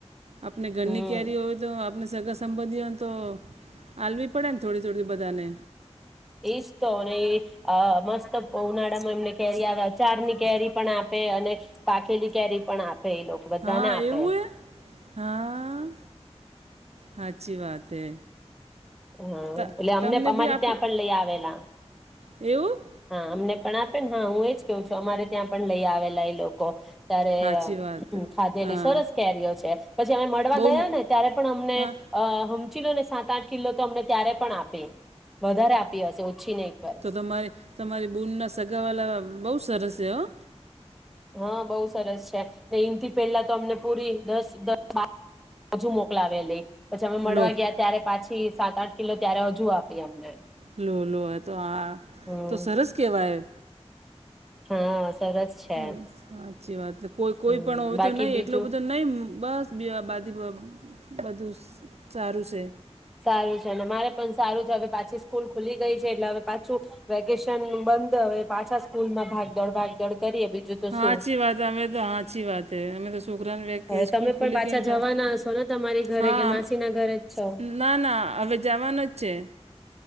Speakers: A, on the right (about 70°); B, in the centre.
A: આપને ઘરની
B: હમ
A: કરી હોવે તો આપ આપને સગા સંબંધીઓને તો હવી પડે ને થોડી થોડી બધાને.
B: એ જ તો અને એ અહ મસ્ત ઉનાળામાં એમને કેરી આવે અચાર ની કેરી પણ આપે અને પાખેલી કેરી પણ આપે એ લોકો બધા
A: હા
B: ને આપે.
A: એવું હે હા, હાચી વાત હે.
B: હા,
A: ત
B: એટલે અમને
A: તમને
B: અમારી
A: બી આપી
B: ત્યાં પણ લઈ આવેલા.
A: એવું?
B: હા, અમને પણ આપે ને હા હું એજ કેવું છું. અમારે ત્યાં પણ લઈ આવેલા એ લોકો ત્યારે
A: સાચી વાત
B: ખાધેલી,
A: હા
B: સરસ કેરીઓ છે પછી અમે મળવા
A: બહુ
B: ગયા ને ત્યારે પણ અમને
A: હા
B: અહ હમ્મ, સમજી લોને સાત-આઠ કિલો તો અમને ત્યારે પણ આપે. વધારે આપી હશે ઓછી નહી પણ.
A: તમારે તમારી દૂરના સગાવાલા બહુ સરસ છે, હા.
B: હા, બહુ સરસ છે ને ને એનથી પેલા તો અમને પૂરી દસ દ બાર હજુ મોકલાવે લઈ પછી અમે મળવા
A: લો
B: ગયા ત્યારે પાછી સાત-આઠ કિલો ત્યારે હજુ આપી અમને.
A: લો, લો હતો હા
B: હમ
A: તો સરસ કેવાય.
B: હા, સરસ. છે
A: હમ્મ, હાચી વાત કોઈ
B: હમ
A: પણ હોય
B: બાકી
A: તો નહી
B: બીજું
A: એટલો બધો નહી બસ બિયાં બાદી બધું સારું છે.
B: સારું છે અને મારે પણ સારું છે, હવે પાછી સ્કૂલ ખુલી ગઈ છે એટલે હવે પાછું વેકેશન બંધ હવે પાછા સ્કૂલમાં ભાગ દોડ-ભાગ ભાગ-દોડ કરીએ, બીજું તો
A: હા,
B: શું
A: હાચી વાત અમે તો હાચી વાત અમે તો છોકરા ને કે
B: હવે
A: સ્કૂલ
B: તમે પણ પાછા
A: ગઈ તો
B: જવાના હશો ને તમારી ઘરે
A: હા
B: કે
A: આમ
B: માસીના ઘરે જ છો
A: ના ના હવે જવાનાજ છે.